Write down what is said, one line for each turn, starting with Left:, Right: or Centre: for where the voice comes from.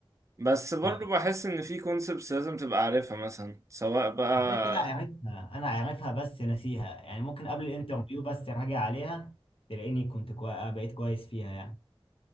Right: بس برضو
Left: ف
Right: بحس ان في كونسبتس لازم تبقى عارفها مثلا سواء بقى
Left: كده كده عارفها انا عارفها بس ناسيها يعني ممكن قبل الانترفيو بس راجع عليها تلاقيني كنت كوي... بقيت كويس فيها يعني